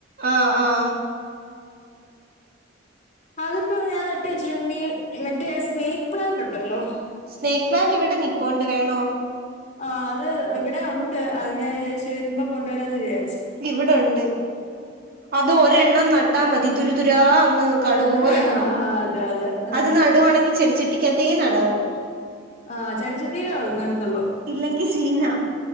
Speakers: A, on the right; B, on the left.
A: ആഹ് ആഹ്
B: അതിപ്പോ ഞാൻ നട്ട് വെച്ചിട്ടു മ്മി മറ്റേ സ്നേക്ക് പ്ലാന്റ് ഉണ്ടല്ലോ?
A: സ്നേക്ക് പ്ലാന്റ് ഇവിടെ നിപ്പോണ്ട് വേണോ?
B: ആ അത് ഇവിടെ ഉണ്ട്. അത് ഞാൻ വിചാരിച്ച് വരുമ്പോ കൊണ്ടുവരാന്ന് വിചാരിച്
A: ഇവിടെണ്ട് അത് ഒരെണ്ണം നട്ടാ മതി തുരിതുരാ അങ്ങ്
B: തുരാൻ
A: കടുവോലെങ്ങാകും
B: തുരാ ആ അതെ അതെ ആ
A: അത് നടുകവാണെങ്കി ചെടിച്ചട്ടിക്കത്തെ നടാവു
B: ആഹ് ചെടിച്ചട്ടീയിലേ നടുന്നുള്ളൂ
A: ഇല്ലെങ്കി സീനാ